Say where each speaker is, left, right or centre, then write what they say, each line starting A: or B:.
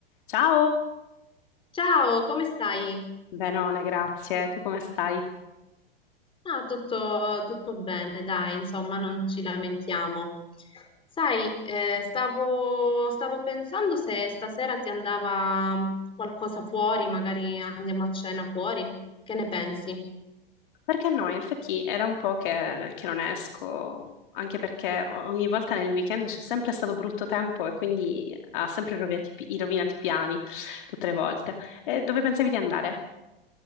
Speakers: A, on the left (about 55°); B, on the left (about 20°).
A: Ciao,
B: Ciao, come stai?
A: benone, grazie. Tu come stai?
B: Ah, tutto, tutto bene, dai, insomma, non ci lamentiamo. Sai, eh, stavo, stavo pensando se stasera ti andava qualcosa fuori, magari andiamo a cena fuori. Che ne pensi?
A: Perché no, in effetti era un po' che, che non esco, anche perché o- ogni volta nel weekend c'è sempre stato brutto tempo e quindi ha sempre rovinati i pi- i rovinati i piani, tutte le volte. E dove pensavi di andare?